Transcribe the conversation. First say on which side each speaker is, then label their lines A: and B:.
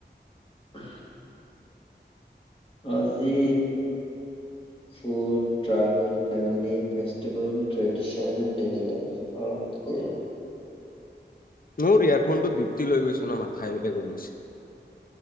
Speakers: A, on the left (about 30°); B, on the left (about 50°).
A: উ আজি food travel family festival tradition ড ল উম
B: মোৰ ইয়াৰফোনটো দিপ্তি লৈ গৈছে ন মাথাই বেয়া গৈছে।